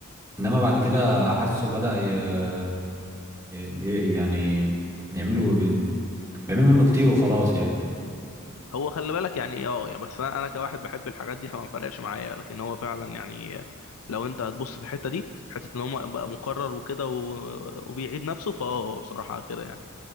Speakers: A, on the right; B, on the left.
A: انما بعد كده
B: جامد
A: حاسه بدأ ي... ي... ي- يعني يعملوا بيعملوا منه كتير وخلاص يعني
B: هو خلي بالك يعني اه يعني بس انا انا كواحد بحب الحاجات دي فما فرقش معايا لكن هو فعلا يعني لو انت هتبص في الحته دي حته ان هو بقى مكرر وكده و- وبيعيد نفسه فاه بصراحه كده يعني